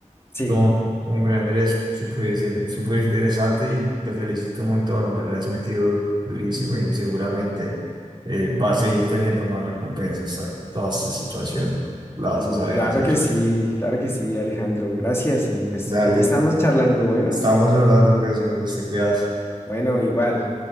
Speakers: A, on the left; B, on the right.
A: Sí.
B: No, hombre Andrés, súper súper interesante y te felicito un montón, hombre, le has metido durísimo y seguramente eh, va a seguir teniendo más recompensas a toda esta situación, la vas
A: Mm,
B: a saber
A: Claro
B: hacer.
A: que sí, claro que sí, Alejandro. Gracias. Y pues
B: Dale,
A: ahí estamos charlando. Bueno,
B: estamos hablando pues, Andrés, te cuidas,
A: bueno, igual.